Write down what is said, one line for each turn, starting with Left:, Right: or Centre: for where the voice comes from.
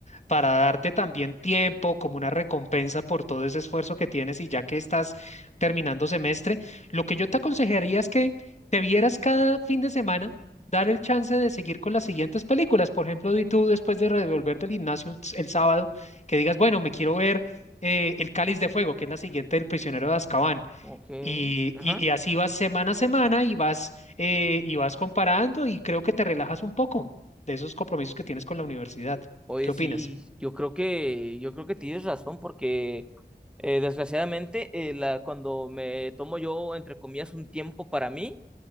Left: para darte también tiempo, como una recompensa por todo ese esfuerzo que tienes y ya que estás terminando semestre, lo que yo te aconsejaría es que te vieras cada fin de semana. dar el chance de seguir con las siguientes películas. Por ejemplo, di tú después de revolver del gimnasio el sábado, que digas, bueno, me quiero ver eh, El Cáliz de Fuego, que es la siguiente del Prisionero de Azkaban.
Centre: Ok.
Left: Y,
Centre: Ajá.
Left: y- y así vas semana a semana y vas, eh, y vas comparando y creo que te relajas un poco de esos compromisos que tienes con la universidad.
Centre: Oye,
Left: ¿Qué opinas?
Centre: sí, yo creo que, yo creo que tienes razón porque eh, desgraciadamente eh, la, cuando me tomo yo, entre comillas, un tiempo para mí,